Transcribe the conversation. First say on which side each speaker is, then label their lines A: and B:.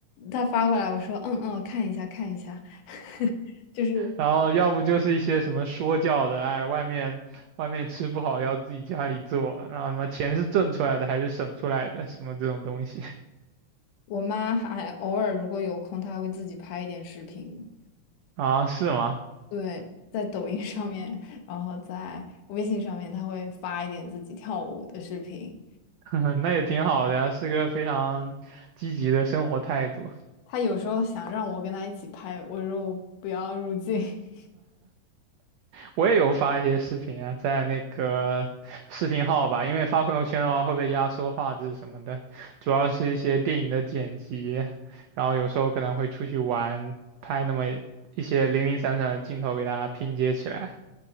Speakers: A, on the left; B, on the right.
A: 他发过来，我说嗯嗯，看一下看一下，<laughs> 就是
B: 然后要不就是一些什么说教的，哎，外面外面吃不好要自己家里做，然后什么钱是挣出来的还是省出来的，什么这种东西
A: 我妈还偶尔如果有空，她还会自己拍一点视频。
B: <laughs> 啊，是吗？
A: 对，在抖音上面，然后在微信上面，她会发一点自己跳舞的视频。
B: <laughs> 那也挺好的呀，是个非常积极的生活态度。
A: 她有时候想让我跟她一起拍，我说我不要入镜 <laughs>
B: 我也有发一些视频啊，在那个视频号吧，因为发朋友圈的话会被压缩画质什么的，主要是一些电影的剪辑，然后有时候可能会出去玩，拍那么一些零零散散的镜头给大家拼接起来。